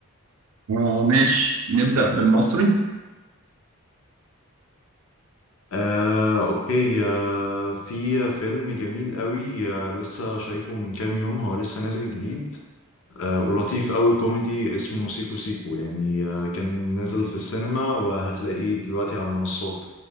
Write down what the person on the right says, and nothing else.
أه ماشي نبدا بالمصري